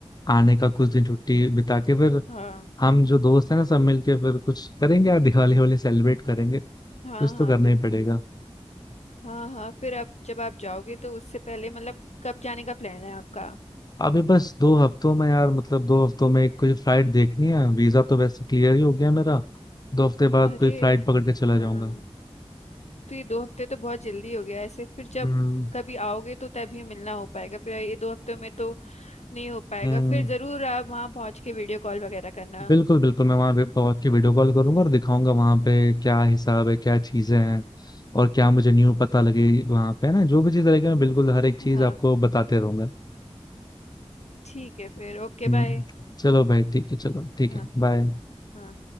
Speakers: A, on the left; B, on the left.
A: आने का कुछ
B: हम्म
A: दिन छुट्टी बिता के फिर
B: हाँ
A: हम जो दोस्त हैं ना सब मिलके फिर कुछ करेंगे यार दिवाली
B: हम्म
A: वाली सेलिब्रेट करेंगे कुछ
B: हाँ
A: तो
B: हाँ
A: करना
B: बिल्कुल
A: ही पड़ेगा
B: हाँ हाँ फिर आप जब आप जाओगे तो उससे पहले मतलब कब जाने का प्लान है आपका
A: अभी बस दो हफ्तों में यार मतलब दो हफ्तों में कोई फ्लाइट देखनी है वीजा तो वैसे क्लियर ही हो गया मेरा दो हफ्ते बाद
B: अरे
A: कोई फ्लाइट पकड़ के चला
B: हाँ
A: जाऊंगा
B: तो ये दो हफ्ते तो बहुत जल्दी हो गया ऐसे फिर जब
A: हम्म
B: कभी आओगे तो तभी मिलना हो पाएगा फिर ये दो हफ्तों में तो नहीं हो पाएगा
A: हम्म
B: फिर जरूर आप वहाँ पहुँच के वीडियो कॉल वगैरह करना
A: बिल्कुल बिल्कुल मैं वहां पे पहुंच के वीडियो कॉल करूंगा और दिखाऊंगा वहां पे क्या हिसाब है क्या चीजें हैं और क्या मुझे न्यू पता लगे वहां पे है ना जो भी चीज रहेगी मैं बिल्कुल हर एक चीज
B: हाँ
A: आपको बताते रहूंगा
B: ठीक है फिर ओके
A: हम्म
B: बाय
A: चलो भाई ठीक है चलो ठीक
B: हाँ
A: है बाय
B: हाँ